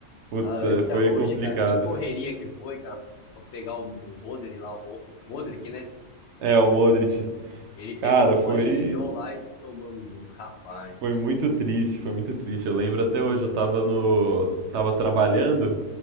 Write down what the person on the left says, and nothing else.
Ah, eu lembro até
hoje,
cara. Que correria que foi, cara, pra pegar o, o Rodri lá, o Ro- Modric, né?
Ele
pegou a bola
e enfiou lá e tomamos um gol. Rapaz,
do céu.